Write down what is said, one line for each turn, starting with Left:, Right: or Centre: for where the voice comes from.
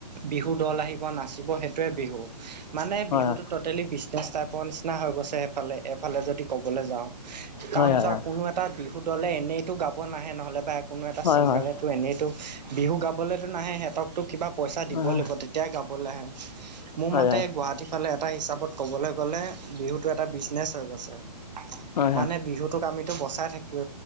Right: বিহু দল আহিব নাচিব সেইটোৱে বিহু। মানে
Left: হয়
Right: বিহুতো টোটেলি বিজনেছ টাইপৰ নিচিনা হৈ গৈছে সেইফালে এইফালে যদি ক'বলৈ যাওঁ। কাৰণ
Left: হয় হয় হয় হয় হয়
Right: চাওক কোনো এটা বিহু দলে এনেইতো গাব নাহে নহলে বা কোনো এটা
Left: হয়
Right: ছিংগাৰে এনেইতো বিহু গাবলেতো নাহে সিহঁতকতো কিবা পইচা দিব
Left: হয়
Right: লাগিব তেতিয়া গাবলৈ আহে মোৰ
Left: হয়
Right: মতে
Left: হয়
Right: গুৱাহাটী ফালে এটা হিচাপত ক'বলৈ গলে বিহুতটো এটা বিজনেচ হৈ গৈছে
Left: হয়
Right: মানে
Left: হয়
Right: বিহুতোক আমি এইটো বচাই থাকিব